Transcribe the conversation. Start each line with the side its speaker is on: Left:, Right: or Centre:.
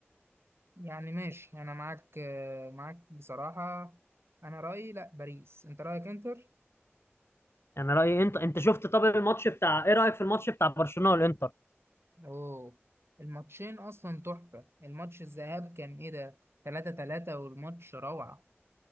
Right: يعني ماشي انا معاك آه، معاك بصراحه انا رايي لا باريس انت رايك انتر
Left: انا رايي انت انت شفت طب الماتش بتاع ايه رايك في الماتش بتاع برشلونه والانتر
Right: اوه الماتشين اصلا تحفة الماتش الذهاب كان ايه ده تلاتة تلاتة والماتش روعة